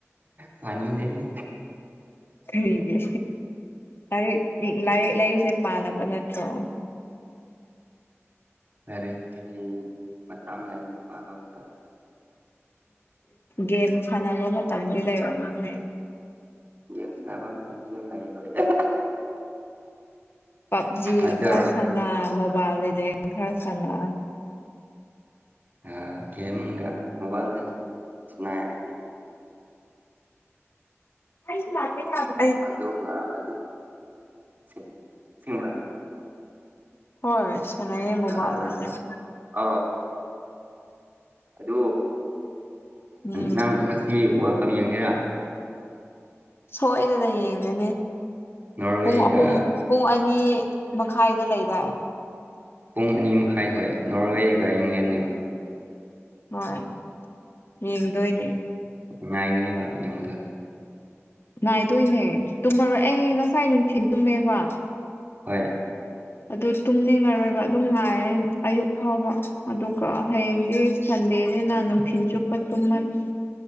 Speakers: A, on the right; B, on the left.
A: ꯄꯥꯅꯤꯡꯗꯦꯍꯦ
B: ꯀꯔꯤꯒꯤ ꯂꯥꯏꯔꯤꯛ ꯂꯥꯏꯔꯤꯛ ꯂꯥꯏꯔꯤꯁꯦ ꯄꯥꯅꯕ ꯅꯠꯇ꯭ꯔꯣ
A: ꯂꯥꯏꯔꯤꯛꯁꯤ ꯃꯇꯝ ꯂꯩꯕꯅ ꯄꯥꯕ ꯑꯃꯇ
B: ꯒꯦꯝ ꯁꯥꯟꯅꯕ ꯃꯇꯝꯗꯤ ꯂꯩꯔꯕꯅꯤꯅꯦ
A: ꯒꯦꯝ ꯁꯥꯟꯅꯕ ꯃꯇꯝꯗꯤ ꯌꯥꯝ ꯂꯩꯑꯦꯕ ꯑꯩ
B: ꯄꯞꯖꯤ
A: ꯑꯗꯣ
B: ꯈꯔ ꯁꯥꯟꯅ ꯃꯣꯕꯥꯏꯜ ꯂꯤꯖꯦꯟ ꯈꯔ ꯁꯥꯟꯅ
A: ꯑ ꯒꯦꯝꯒ ꯃꯣꯕꯥꯏꯜꯒ ꯁꯅꯥꯏ ꯑꯩꯗꯤ
B: ꯑꯩꯁꯨ ꯂꯥꯛꯀꯦ ꯌꯥꯕꯅꯦ
A: ꯑꯗꯨꯒ ꯑꯗꯨ ꯁꯤ ꯁꯤꯡꯕ꯭ꯔꯥ
B: ꯍꯣꯏ ꯁꯥꯟꯅꯩꯌꯦ
A: <unintelligible>
B: ꯃꯣꯕꯥꯏꯜ ꯂꯤꯖꯦꯟ
A: ꯑꯗꯨ
B: ꯎꯝ
A: ꯅꯪ ꯉꯁꯤ ꯋꯥꯔꯜ ꯀꯞ ꯌꯦꯡꯒꯦꯔꯥ
B: ꯁꯣꯏꯗꯅ ꯌꯦꯡꯒꯅꯤ
A: ꯅꯣꯔꯋꯦꯒ
B: ꯄꯨꯡ ꯑꯍꯨꯝ ꯄꯨꯡ ꯑꯅꯤ ꯃꯈꯥꯏꯗ ꯂꯩꯗꯥꯏ
A: ꯄꯨꯡ ꯑꯅꯤ ꯃꯈꯥꯏ ꯍꯣꯏ ꯅꯣꯔꯋꯦꯒ ꯏꯪꯂꯦꯟꯒ
B: ꯍꯣꯏ ꯌꯦꯡꯗꯣꯏꯅꯦ
A: ꯅꯨꯡꯉꯥꯏꯒꯅꯤꯕ ꯌꯦꯡꯕꯗꯣ
B: ꯉꯥꯏꯗꯣꯏꯅꯦ ꯇꯨꯝꯃꯔꯣꯏ ꯑꯩ ꯉꯁꯥꯏ ꯅꯨꯡꯊꯤꯜ ꯇꯨꯝꯃꯦꯕ
A: ꯍꯣꯏ
B: ꯑꯗꯨ ꯇꯨꯝꯅꯤꯡꯉꯔꯣꯏꯕ ꯑꯗꯨꯝ ꯉꯥꯏꯔꯅꯤ ꯑꯌꯨꯛ ꯐꯥꯎꯕ ꯑꯗꯨꯒ ꯍꯌꯦꯡꯗꯤ ꯁꯟꯗꯦꯅꯤ ꯅꯨꯡꯊꯤꯟ ꯆꯨꯞꯄ ꯇꯨꯝꯃꯅꯤ